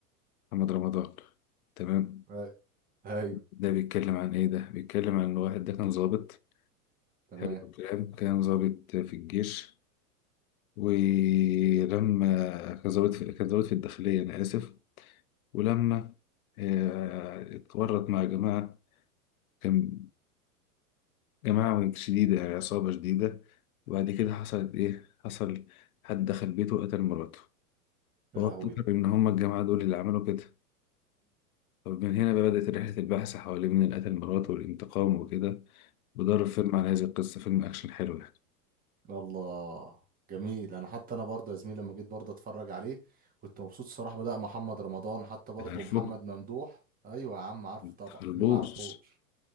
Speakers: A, on the left; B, on the right.
A: محمد رمضان تمام
B: آه، ايوه
A: ده بيتكلم عن إيه ده بيتكلم عن واحد ده كان ضابط
B: تمام
A: حلو الكلام كان ضابط في الجيش ولما كان ضابط في... كان ضابط في الداخلية أنا آسف ولما آه، اتورط مع جماعة كان جماعة شديدة يعني عصابة شديدة وبعد كده حصلت إيه؟ حصل حد دخل بيته وقتل مراته
B: يا
A: وهو
B: لهوي
A: افتكر إن هما الجماعة دول اللي عملوا كده طب من هنا بقى بدأت رحلة البحث حوالين من اللي قتل مراته والانتقام وكده وده
B: <laughs>
A: فيلم على هذه القصة فيلم أكشن حلو يعني
B: الله جميل انا حتى انا برضه يا زميلي لما جيت برضه اتفرج عليه كنت مبسوط الصراحه بدأ محمد رمضان حتى برضه
A: عارفه؟
B: محمد ممدوح ايوه يا عم عارفه
A: متخربوش
B: طبعا مين ما يعرفوش